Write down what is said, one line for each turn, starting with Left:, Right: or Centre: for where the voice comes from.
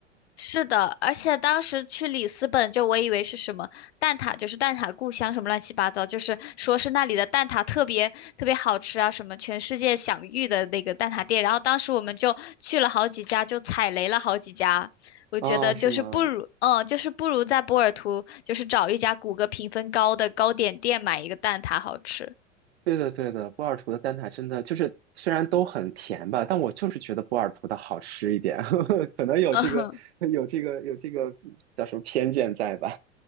Left: 是的，而且当时去里斯本，就我以为是什么蛋挞，就是蛋挞故乡什么乱七八糟，就是说是那里的蛋挞特别特别好吃啊，什么全世界享誉的那个蛋挞店。然后当时我们就去了好几家，就踩雷了好几家。我觉得就是不如，
Right: 啊 <laughs>、是吗？
Left: 嗯，就是不如在波尔图，就是找一家谷歌评分高的糕点店买一个蛋挞好吃。
Right: 对的，对的，波尔图的蛋挞真的就是虽然都很甜吧，但我就是觉得波尔图的好吃一点，<laughs> 可能有这个有这个有这个叫什么偏见在吧？
Left: <laughs>